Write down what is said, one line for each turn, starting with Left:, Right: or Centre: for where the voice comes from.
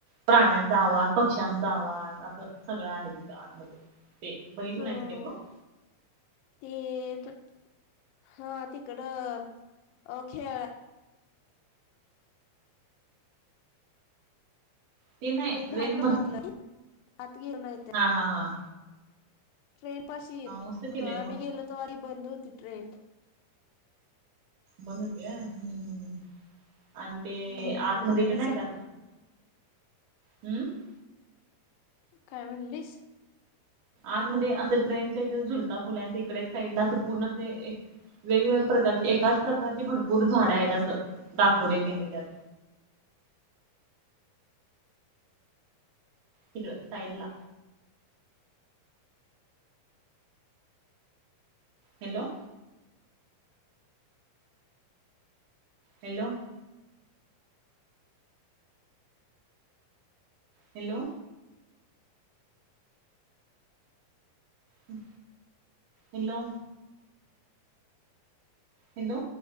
Right: प्राण्यांचा आवाज, पक्ष्यांचा आवाज असं सगळं आहे तिथ आतमध्ये. ते बघीतल
Left: ह.
Right: नाहीस काय तू?
Left: ते प हा तिकड अ खेळ
Right: ते नाही ट्रेन
Left: बाहेर न
Right: मधे
Left: बघितलं मी आत गेलो नाही
Right: हा हां हां.
Left: ट्रेन पाशी ये
Right: मस्त केलंय
Left: हा
Right: मस्त
Left: मी गेलो तेव्हा बंद होती ट्रेन.
Right: बंद होते हं हं अन ते
Left: हम्म
Right: आतमध्ये
Left: आम्ही
Right: इकड नाही
Left: स
Right: का? <unintelligible>
Left: काय म्हणलीस?
Right: आतमध्ये असं ट्रेनच्या इथं झुलता पूल इकड एक साइड ला असं पूर्ण असं वेगवेगळ्या प्रकारचे एकाच प्रकारची भरपूर झाडं आहेत असं दाखवले त्यांनी त्यात. तिकडं साईटला. हॅलो. हॅलो. हॅलो. हं हॅलो. हॅलो.